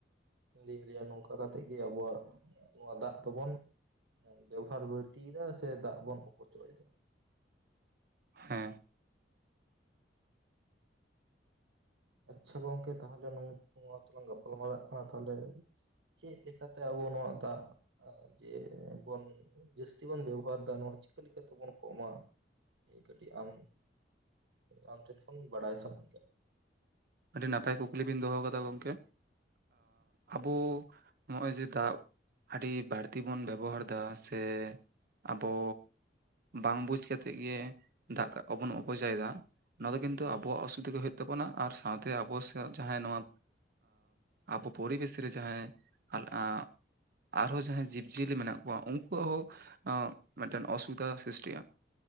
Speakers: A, on the right; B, on the right.
A: ᱤᱧ ᱫᱩᱧ ᱞᱟᱹᱭᱟ ᱱᱚᱝᱠᱟ ᱠᱟᱛᱮᱜ ᱜᱮ ᱟᱵᱚᱣᱟᱜ ᱱᱚᱣᱟ ᱫᱟᱜ ᱫᱚ ᱵᱚᱱ ᱵᱮᱵᱚᱦᱟᱨ ᱵᱟᱹᱲᱛᱤᱭᱮᱫᱟ ᱥᱮ ᱫᱟᱜ ᱵᱚᱱ ᱚᱯᱚᱪᱚᱭ ᱮᱫᱟ
B: ᱦᱮᱸ
A: ᱟᱪᱪᱷᱟ ᱜᱚᱝᱠᱮ ᱛᱟᱦᱚᱞᱮ ᱱᱚᱜ.... ᱱᱚᱣᱟ ᱫᱚ ᱞᱟᱝ ᱜᱟᱯᱟᱞᱢᱟᱨᱟᱜ ᱠᱟᱱᱟ ᱛᱟᱦᱚᱞᱮ ᱪᱮᱫ ᱞᱮᱠᱟᱛᱮ ᱟᱵᱚ ᱱᱚᱣᱟ ᱫᱟᱜ ᱡᱮ ᱵᱚᱱ ᱡᱟᱹᱥᱛᱤ ᱵᱚᱱ ᱵᱮᱵᱚᱦᱟᱨ ᱮᱫᱟ ᱱᱚᱶᱟ ᱪᱤᱠᱟᱹ ᱞᱮᱠᱟᱛᱮ ᱵᱚᱱ ᱠᱚᱢ-ᱟ ᱢᱤᱫ ᱠᱟᱹᱴᱤᱡ ᱟᱢ ᱟᱢ ᱴᱷᱮᱱ ᱠᱷᱚᱱ ᱵᱟᱲᱟᱭ ᱥᱟᱱᱟᱧ ᱠᱟᱱᱟ
B: ᱟᱹᱰᱤ ᱱᱟᱯᱟᱭ ᱠᱩᱠᱞᱤ ᱵᱤᱱ ᱫᱚᱦᱚ ᱠᱟᱫᱟ ᱜᱚᱢᱠᱮ ᱟᱵᱚ ᱱᱚᱜᱼᱚᱭ ᱡᱮ ᱫᱟᱜ ᱟᱹᱰᱤ ᱵᱟᱹᱲᱛᱤ ᱵᱚᱱ ᱵᱮᱵᱚᱦᱟᱨᱫᱟ ᱥᱮ ᱟᱵᱚ ᱵᱟᱝ ᱵᱩᱡᱽ ᱠᱟᱛᱮᱫ ᱜᱮ ᱫᱟᱜ ᱠᱚ ᱵᱚᱱ ᱚᱯᱚᱡᱚᱭ ᱮᱫᱟ ᱱᱚᱣᱟ ᱫᱚ ᱠᱤᱱᱛᱩ ᱟᱵᱚᱣᱟᱜ ᱚᱥᱩᱵᱤᱫᱷᱟ ᱜᱮ ᱦᱩᱭᱩᱜ ᱛᱟᱵᱚᱱᱟ ᱟᱨ ᱥᱟᱶᱛᱮ ᱟᱵᱚᱥᱭᱟ ᱡᱟᱦᱟᱸᱭ ᱱᱚᱣᱟ ᱟᱵᱚ ᱯᱚᱨᱤᱵᱮᱥ ᱨᱮ ᱡᱟᱦᱟᱸᱭ <unintelligible> ᱟᱨᱦᱚᱸ ᱡᱟᱦᱟᱸᱭ ᱡᱤᱵᱽᱡᱤᱭᱟᱹᱞᱤ ᱢᱮᱱᱟᱜ ᱠᱚᱣᱟ ᱩᱱᱠᱩᱣᱟᱜ ᱦᱚᱸ ᱢᱤᱫᱴᱮᱱ ᱚᱥᱩᱵᱤᱫᱷᱟ ᱥᱨᱤᱥᱴᱤᱭᱟ